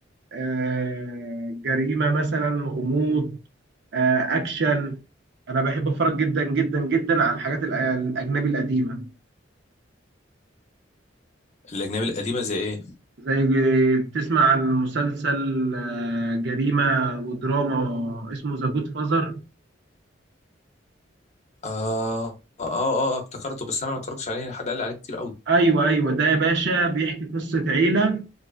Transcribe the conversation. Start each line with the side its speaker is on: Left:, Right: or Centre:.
Right: آه، جريمة مثلا غموض آه، أكشن أنا بحب أتفرج جدا جدا جدا على الحاجات الأ- الأجنبي القديمة
Left: الاجنبي القديمه زي ايه
Right: زي ج- تسمع عن مسلسل آه، جريمة ودراما اسمه ذا جود فازر
Left: اه اه اه آه، افتكرته بس انا ما اتفرجتش عليه حد قال لي عليه كتير قوي
Right: أيوه أيوه ده يا باشا بيحكي قصة عيلة